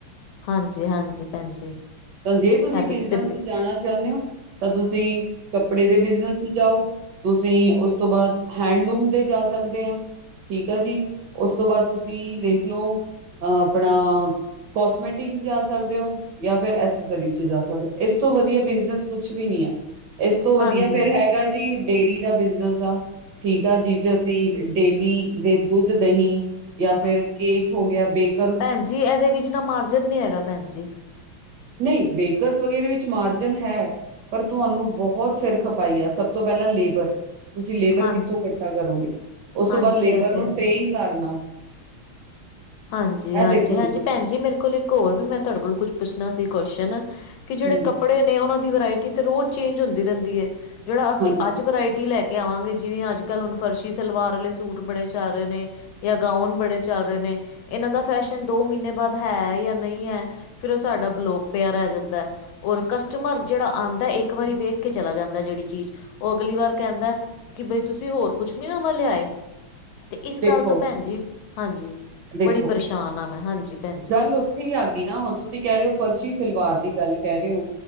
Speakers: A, on the left (about 75°); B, on the right (about 65°).
A: ਹਾਂਜੀ ਹਾਂਜੀ ਭੈਣ ਜੀ
B: ਤਾਂ ਜੇ ਤੁਸੀ
A: ਇਹ ਤੇ
B: ਬਿਜਨਸ
A: ਤੁਸੀਂ ਬ-
B: ਚ ਜਾਣਾ ਚਾਨੇਂ ਓ ਤਾਂ ਤੁਸੀ ਕੱਪੜੇ ਦੇ ਬਿਜਨਸ ਤੇ ਜਾਓ ਅਸੀਂ ਉਸ ਤੋ ਬਾਅਦ ਹੈਂਡਲੂਮ ਤੇ ਜਾ ਸਕਦੇ ਆਂ ਠੀਕ ਆ ਜੀ ਓਸ ਤੋ ਬਾਅਦ ਤੁਸੀਂ ਦੇਖ ਲੋ ਅ ਆਪਣਾ ਕੋਸਮੈਟਿਕ ਸ ਜਾ ਸਕਦੇ ਓਂ ਯਾ ਫੇਰ ਐਸੇਸਰੀ ਚ ਜਾ ਸਕਦੇ ਓ ਏਸ ਤੋ ਵਦੀਆ ਬਿਜਨਸ ਕੁਛ ਵੀ ਨੀ ਐ ਏਸ ਤੋ ਵਦੀਆ
A: ਹਾਂਜੀ
B: ਫੇਰ ਹੈਗਾ ਜੀ ਡੇਅਰੀ ਦਾ ਬਿਜਨਸ ਆ ਠੀਕ ਆ ਜਿਚ ਅਸੀ ਡੇਲੀ ਦੇ ਦੁੱਧ ਦਹੀਂ ਯਾ ਫੇਰ ਕੇਕ ਹੋ ਗਿਆ ਬੇਕ
A: ਭੈਨਜੀ ਏਦੇ ਵਿੱਚ ਨਾ ਮਾਰਜਨ ਨੀ ਹੈਗਾ ਭੈਨਜੀ
B: ਨਈ ਬੇਕਰਸ ਵਗੈਰੇ ਵਿੱਚ ਮਾਰਜਨ ਹੈ ਪਰ ਤੁਹਾਨੂੰ ਬਹੁਤ ਸਿਰ ਖਪਾਈ ਆ ਸਬ ਤੋਂ ਪੈਲਾਂ ਲੇਬਰ ਤੁਸੀ ਲੇਬਰ
A: ਹਾਂਜੀ
B: ਕਿੱਥੋਂ ਕੱਠਾ ਕਰੋਗੇ ਓਸ
A: ਹਾਂਜੀ
B: ਤੋ ਬਾਅਦ ਲੇਬਰ
A: ਇਹ ਤੇ
B: ਨੂੰ
A: ਹੈਗੇ
B: ਟ੍ਰੇਨ ਕਰਨਾ
A: ਹਾਂਜੀ -ਹਾਂਜੀ
B: ਇਹ ਦੇਖੋ
A: -ਹਾਂਜੀ
B: ਤੁਸੀਂ
A: ਭੈਨ ਜੀ ਮੇਰੇ ਕੋਲ ਇੱਕ ਹੋਰ ਵੀ ਮੈਂ ਤਾਡੇ ਕੋਲ ਕੁਛ ਪੁੱਛਣਾ ਸੀ ਕੋਸ਼ਚਨ ਕਿ ਜੇੜੇ
B: ਹੂੰ
A: ਕੱਪੜੇ ਨੇ ਓਨਾਂ ਦੀ ਵਰਾਇਟੀ ਤੇ ਰੋਜ ਚੇਂਜ ਹੁੰਦੀ ਰੈਂਦੀ ਏ ਜੇੜਾ ਅਸੀ
B: ਹਾਂਜੀ ਹੂੰ,
A: ਅੱਜ ਵਰਾਇਟੀ ਲੈ ਕੇ ਆਵਾਂਗੇ ਜਿਵੇਂ ਅੱਜ ਕੱਲ ਹੁਨ ਫਰਸ਼ੀ ਸਲਵਾਰ ਆਲੇ ਸੂਟ ਬੜੇ ਚੱਲ ਰੇ ਨੇ ਯਾ ਗਾਊਨ ਬੜੇ ਚੱਲ ਨੇ ਏਨਾਂ ਦਾ ਫੈਸ਼ਨ ਦੋ ਮੀਨੇ ਬਾਅਦ ਹੈ ਯਾ ਨਈ ਹੈ ਫਿਰ ਓ ਸਾਡਾ ਬਲੋਕ ਪਿਆ ਰੈ ਜਾਂਦਾ ਏ ਔਰ ਕਸਟਮਰ ਜੇੜਾ ਆਂਦੈ ਇੱਕ ਵਾਰੀ
B: ਹੂੰ।
A: ਵੇਖ ਕੇ ਚਲਾ ਜਾਂਦਾ ਜੇੜੀ ਚੀਜ ਓ ਅਗਲੀ ਵਾਰ ਕੈਂਦਾ ਕਿ ਬਈ ਤੁਸੀ ਹੋਰ ਕੁਛ ਨੀ ਨਵਾਂ ਲਿਆਏ? ਤੇ ਇਸ
B: ਦੇਖੋ
A: ਗੱਲ ਤੋ ਭੈਨਜੀ, ਹਾਂਜੀ
B: ਦੇਖੋ
A: ਬੜੀ ਪਰੇਸ਼ਾਨ ਆਂ ਮੈਂ ਹਾਂਜੀ। ਭੈਣ ਜੀ
B: ਗੱਲ ਓਥੇ ਈ ਆ ਗੀ ਨਾ ਹੁਣ ਤੁਸੀ ਕੈ ਰੇ ਓ ਫਰਸ਼ੀ ਸਲਵਾਰ ਦੀ ਗੱਲ ਕੈ ਰੇ ਓ